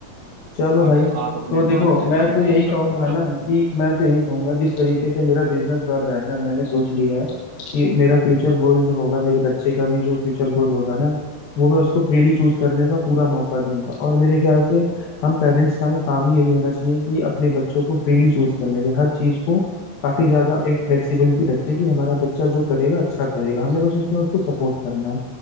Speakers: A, on the left; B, on the right.
A: चलो
B: अगर
A: भाई
B: आप अपने
A: तो देखो
B: मार्ग से
A: मैं
B: कभी
A: तो
B: नहीं
A: यही
B: भटको
A: कहूंगा
B: तब
A: ना कि मैं तो यही कहूंगा जिस तरीके से मेरा बिजनेस बढ़ रहा है ना मैंने सोच लिया है कि मेरा फ्यूचर गोल जो होगा मेरे बच्चे का भी जो फ्यूचर गोल होगा ना वो मैं उसको फ्रीली चूज करने का पूरा मौका दूंगा और मेरे ख्याल से हम पेरेंट्स का ना काम ही यही होना चाहिए कि अपने बच्चों को फ्रीली चूज करने दें हर चीज को काफी ज्यादा एक फ्लेक्सिबिलिटी रखें कि हमारा बच्चा जो करेगा अच्छा करेगा हमें बस उसमें उसको सपोर्ट करना है